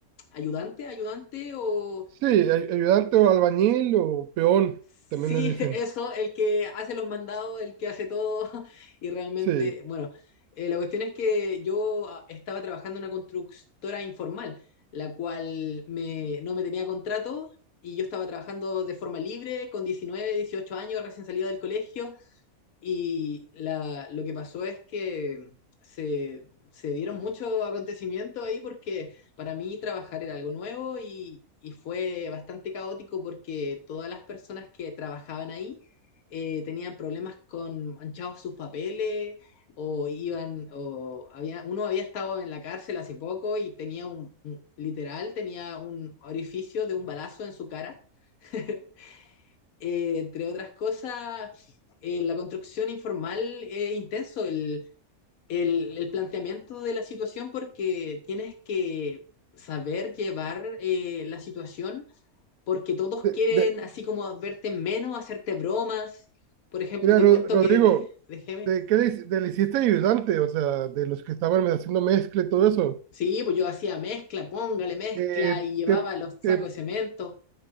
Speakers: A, on the left (about 70°); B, on the right (about 75°).
A: ayudante, ayudante o
B: Sí, ay- ayudante o albañil o peón,
A: Sí,
B: también le dicen.
A: <laughs> eso, el que hace los mandados, el que hace todo, <laughs> y realmente,
B: Sí.
A: bueno, eh, la cuestión es que yo ah, estaba trabajando en una constructora informal, la cual me, no me tenía contrato y yo estaba trabajando de forma libre, con 19, 18 años, recién salido del colegio, y la, lo que pasó es que se, se dieron muchos acontecimientos ahí porque para mí trabajar era algo nuevo y, y fue bastante caótico porque todas las personas que trabajaban ahí eh, tenían problemas con manchados sus papeles o iban o había uno había estado en la cárcel hace poco y tenía un, un- literal tenía un orificio de un balazo en su cara <laughs> eh, entre otras cosas, eh, la construcción informal es intenso, el, el, el planteamiento de la situación, porque tienes que saber llevar eh, la situación, porque todos
B: De,
A: quieren
B: de-
A: así como verte menos, hacerte bromas. Por ejemplo,
B: mira,
A: te
B: Ro-
A: cuento
B: Rodrigo,
A: que de- déjeme.
B: ¿de qué le, hic- de le hiciste ayudante? O sea, de los que estaban haciendo mezcla y todo eso.
A: Sí, pues yo hacía mezcla, póngale mezcla
B: Eh,
A: y llevaba
B: te,
A: los sacos
B: te,
A: de cemento.